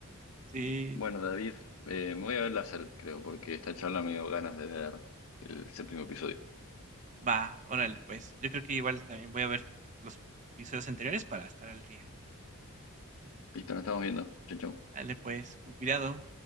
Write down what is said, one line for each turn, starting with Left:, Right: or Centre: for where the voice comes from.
Right: Sí.
Left: Bueno, David, eh, me voy a ver la salud, creo, porque esta charla me dio ganas de ver el séptimo episodio.
Right: Va, órale, pues. Yo creo que igual también voy a ver los episodios anteriores para estar al día.
Left: Listo, nos estamos viendo. Chau, chau.
Right: Dale, pues, con cuidado.